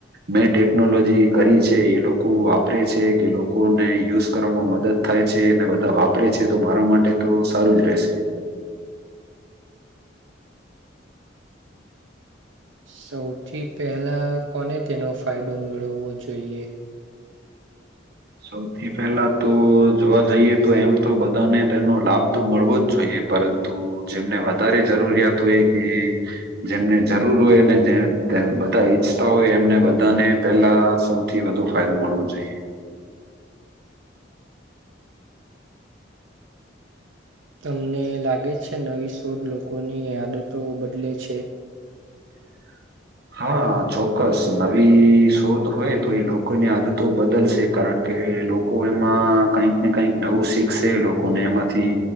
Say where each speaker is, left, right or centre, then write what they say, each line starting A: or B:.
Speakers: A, on the right; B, on the right.
A: મેં ટેકનોલોજી કરી છે એ લોકો વાપરે છે કે લોકોને યુઝ કરવામાં મદદ થાય છે, અને બધા વાપરે છે તો મારા માટે તો સારું જ રહેશે.
B: સૌથી પહેલા કોને તેનો ફાયદો મેળવવો જોઈએ?
A: સૌથી પેલા તો જોવા જઈએ તો એમ તો બધાને તેનો લાભ તો મળવો જ જોઈએ, પરંતુ જેમને વધારે જરૂરિયાત હોય કે જેમને જરૂર હોયને જે બધા ઈચ્છતા હોય એમને બધાને પેલા સૌથી વધુ ફાયદો મળવો જોઈએ.
B: તમને લાગે છે નવી શોધ લોકોની આદતો બદલે છે?
A: <unintelligible> હા, ચોક્કસ નવી શોધ હોય તો એ લોકોની આદતો બદલશે કારણ કે કે લોકો એમાં કઈક ને કઈક નવું શીખશે, લોકોને એમાંથી